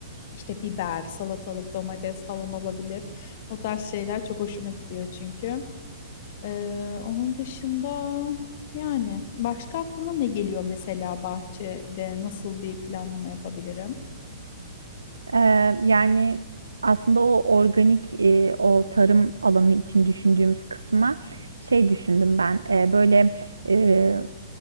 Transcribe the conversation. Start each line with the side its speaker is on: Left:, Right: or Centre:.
Left: İşte biber, salatalık, domates falan olabilir. O tarz şeyler çok hoşuma gidiyor çünkü. Ee, onun dışında yani başka aklına ne geliyor mesela bahçede nasıl bir planlama yapabilirim?
Right: Eee, yani aslında o organik eee, o tarım alanı için düşündüğümüz kısma şey düşündüm ben eee, böyle eee,